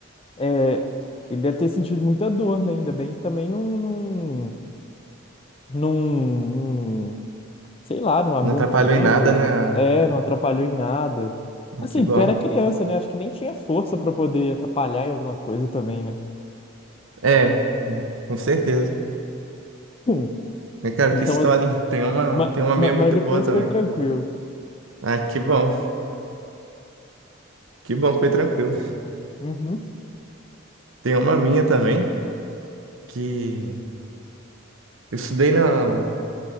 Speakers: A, on the left (about 25°); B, on the right (about 75°).
A: é, ele deve ter sentido muita dor, né? Ainda bem que também não, não, não, não sei lá, não abriu
B: Não atrapalhou
A: um ponto,
B: em nada, né?
A: é, não atrapalhou em nada.
B: Ah,
A: Assim,
B: Que bom.
A: porque eu era criança, né? Acho que nem tinha força pra poder atrapalhar em alguma coisa também, né? <laughs>
B: É, com certeza.
A: Hum.
B: Né, Cara,
A: Então,
B: que história, hein? Tem uma,
A: mas,
B: tem uma
A: mas
B: minha muito
A: depois
B: boa também.
A: foi tranquilo.
B: Ah, que bom. Que bom que foi tranquilo.
A: Uhum,
B: Tem uma minha também, que eu estudei na,